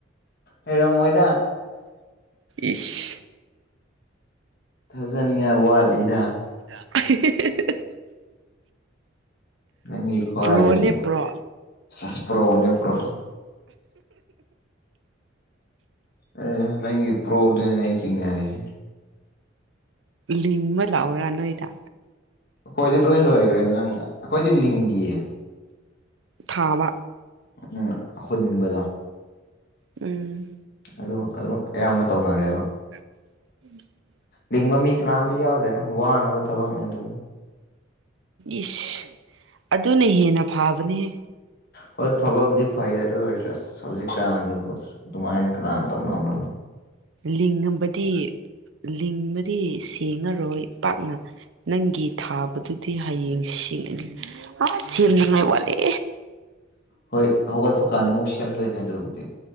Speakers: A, on the left (about 55°); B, on the right (about 70°).
A: ꯍꯩꯔꯝꯃꯣꯏꯠ
B: ꯏꯁ
A: ꯊꯥꯖꯅꯤꯡꯉꯥꯏ ꯋꯥꯠꯂꯤꯗ
B: <unintelligible>
A: ꯅꯪꯒꯤ ꯈ
B: ꯄ꯭ꯔꯣꯅꯦ
A: ꯍꯥꯏꯗꯨꯗꯤ
B: ꯄ꯭ꯔꯣ
A: ꯆꯁꯄ꯭ꯔꯣ ꯅꯦꯛꯄ꯭ꯔꯣ ꯑꯦ ꯅꯪꯒꯤ ꯄ꯭ꯔꯣꯗꯨꯅꯦ ꯑꯩ ꯆꯤꯡꯅꯔꯤꯁꯦ
B: ꯂꯤꯡꯕ ꯂꯥꯛꯑꯣꯔꯥ ꯅꯣꯏꯗ
A: ꯑꯩꯈꯣꯏꯗꯤ ꯂꯣꯏ ꯂꯣꯏꯈ꯭ꯔꯦ ꯅꯪ ꯑꯩꯈꯣꯏꯗꯤ ꯂꯤꯡꯗꯤꯌꯦ
B: ꯊꯥꯃ
A: ꯎꯝ ꯍꯅꯤꯡꯕꯗ
B: ꯎꯝ
A: ꯑꯗꯨ ꯑꯗꯨ ꯑꯌꯥꯝꯕ ꯇꯧꯅꯔꯦꯕ
B: <unintelligible>
A: ꯂꯤꯡꯕ ꯃꯤ ꯀꯅꯥꯝꯇ ꯌꯥꯎꯗ꯭ꯔꯦꯗ ꯋꯥꯅꯕ ꯊꯕꯛꯅꯦ ꯑꯗꯨ
B: ꯏꯁꯁ ꯑꯗꯨꯅ ꯍꯦꯟꯅ ꯐꯥꯕꯅꯦꯍꯦ
A: ꯍꯣꯏ ꯐꯕꯕꯨꯗꯤ ꯐꯩꯌ‌ꯦ ꯑꯗꯨ ꯑꯣꯏꯔꯁꯨ ꯑꯁ ꯍꯧꯖꯤꯛꯀꯟꯗꯕꯨ ꯑꯗꯨꯃꯥꯏ ꯀꯅꯥ ꯇꯧꯅꯕ꯭ꯔꯣ
B: ꯂꯤꯡꯉꯝꯕꯗꯤ ꯂꯤꯡꯕꯗꯤ ꯁꯦꯡꯉꯔꯣꯏ ꯄꯥꯛꯅ ꯅꯪꯒꯤ ꯊꯥꯕꯗꯨꯗꯤ ꯍꯌꯦꯡ ꯁꯤ ꯑꯥ ꯁꯦꯝꯅꯤꯡꯉꯥꯏ ꯋꯥꯠꯂꯤ
A: ꯍꯣꯏ ꯍꯧꯒꯠꯄ ꯀꯥꯟꯗꯃꯨꯛ ꯁꯦꯝꯗꯣꯏꯅꯦ ꯑꯗꯨꯕꯨꯗꯤ